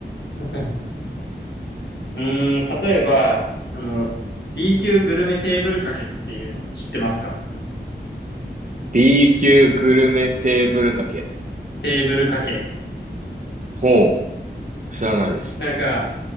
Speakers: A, on the left; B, on the right.
A: <laughs> うーん、例えば、あの、B 級グルメテーブルかけっていうの知ってますか
B: B 級グルメテーブルかけ。
A: テーブルかけ。
B: ほう。知らないです。
A: なんか、